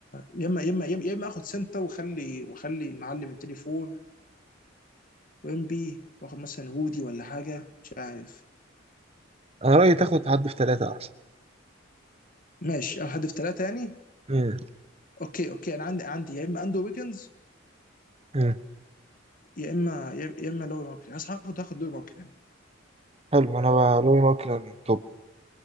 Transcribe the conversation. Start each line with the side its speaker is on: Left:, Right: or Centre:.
Left: يا اما يا اما يا إما- يا اما اخد سنتا وخلي وخلي المعلم التاني فور وامبي واخد مثلا وودي ولا حاجه مش عارف
Right: أنا رأيي تاخد حد في ثلاثة أحسن
Left: ماشي اخد حد في ثلاثه يعني
Right: امم
Left: اوكي اوكي انا عندي عندي يا اما اندرو ويجنز
Right: امم
Left: يا اما يا يا اما لوي ماركنن هاخد هاخد لوي ماركنن
Right: حلو أنا بقى رأيي ماركن توب